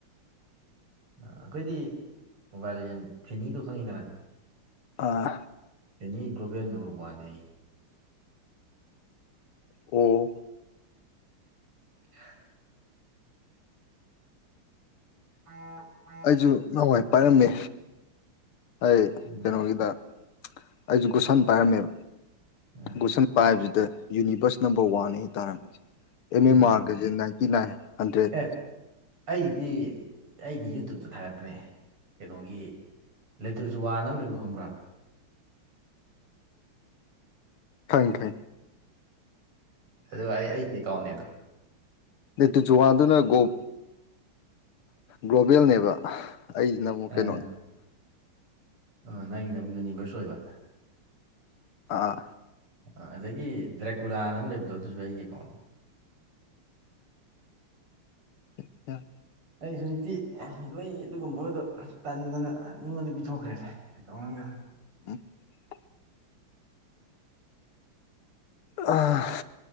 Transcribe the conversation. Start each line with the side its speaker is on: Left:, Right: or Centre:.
Right: ꯑꯩꯈꯣꯏꯗꯤ ꯃꯣꯕꯥꯏꯜ ꯂꯤꯖꯦꯟ ꯐꯦꯅꯤꯗꯣ ꯈꯪꯉꯤꯗꯅ
Left: ꯑꯥ
Right: ꯑꯦꯅꯤ ꯒ꯭ꯂꯣꯕꯦꯜ ꯅꯣꯔ ꯋꯥꯔꯅꯦ ꯑꯩ
Left: ꯑꫭ
Right: UNINTELLIGIBLE ꯑ <unintelligible>
Left: ꯑꯩꯖꯨ ꯅꯋꯥꯏ ꯄꯥꯏꯔꯝꯃꯦ ꯑꯩ
Right: ꯎꯝ
Left: ꯀꯩꯅꯣꯒꯤꯗ ꯑꯩꯖꯨ ꯒꯨꯁꯟ ꯄꯥꯏꯔꯝꯃꯦꯕ
Right: ꯎꯝ
Left: ꯒꯨꯁꯟ ꯄꯥꯏꯕꯖꯤꯗ ꯌꯨꯅꯤꯕꯔꯁ ꯅꯝꯕꯔ ꯋꯥꯟꯅꯤ ꯇꯥꯔꯝꯃꯤꯁꯦ ꯑꯦꯝ
Right: ꯑꯥ
Left: ꯑꯦꯝ ꯑꯥꯔꯒꯖꯦ ꯅꯥꯏꯟꯇꯤ ꯅꯥꯏꯟ ꯍꯟꯗ꯭ꯔꯦꯠ
Right: ꯑꯦ ꯑꯩꯒꯤꯗꯤ ꯑꯩꯗꯤ ꯌꯨꯇꯨꯞꯇ ꯊꯥꯒꯠꯄꯅꯦ ꯀꯩꯅꯣꯒꯤ ꯂꯦꯇ꯭ꯔꯖꯨꯋꯥꯅ ꯑꯃ ꯂꯩꯕꯗꫭ ꯈꯪꯕ꯭ꯔꯥ
Left: ꯈꯪꯉꯤ ꯈꯪꯉꯤ
Right: ꯑꯗꯣ ꯑꯩ ꯑꯩꯒꯤ ꯑꯦꯀꯥꯎꯟꯅꯦꯗꯣ
Left: ꯂꯦꯇꯤꯆꯨꯋꯥꯟꯗꯅ ꯒꫭ‌ ꯒꫭꯜꯕꯦꯜꯅꯦꯕ ꯑꯩ ꯅꯡꯃꯨꯛ ꯀꯩꯅꫭ
Right: ꯑꯥ ꯑꯥ ꯅꯪꯒꯤꯅ ꯑꯃꯨꯛ ꯌꯨꯅꯤꯚꯔꯁ ꯑꯣꯏꯕ
Left: ꯑꯥ
Right: ꯑ ꯑꯗꯒꯤ ꯗ꯭ꯔꯦꯀꯨꯔꯥꯅ ꯑꯃ ꯂꯩꯕꯗꯣ ꯑꯗꯨꯖꯨ ꯑꯩꯒꯤ ꯑꯦꯀꯥꯎꯅꯤ
Left: ꯑ <unintelligible>
Right: ꯑꯩ ꯍꯧꯖꯤꯛꯇꯤ ꯂꯣꯏ ꯑꯗꯨꯒꯨꯝꯕꯒꯗꯣ ꯇꯟꯗꯅ ꯃꯤꯉꯣꯟꯗ ꯄꯤꯊꯣꯛꯈ꯭ꯔꯦꯗ ꯑꯦꯀꯥꯎꯟꯒ
Left: <unintelligible> ꯑꯥ